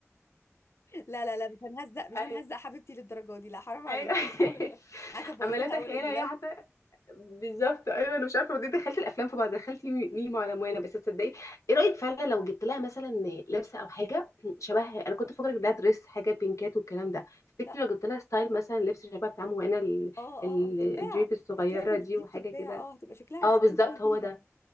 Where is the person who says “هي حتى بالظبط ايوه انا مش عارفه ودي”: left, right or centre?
Left